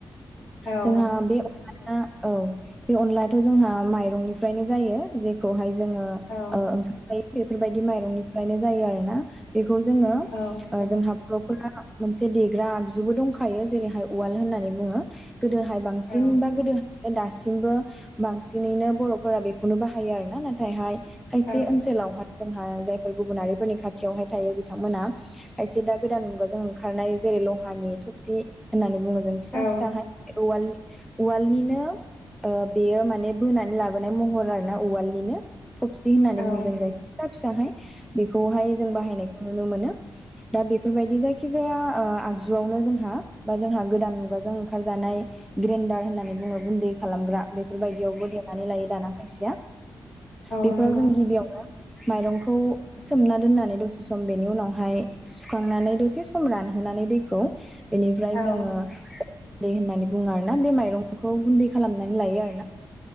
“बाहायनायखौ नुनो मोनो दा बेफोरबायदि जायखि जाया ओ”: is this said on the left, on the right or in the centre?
Centre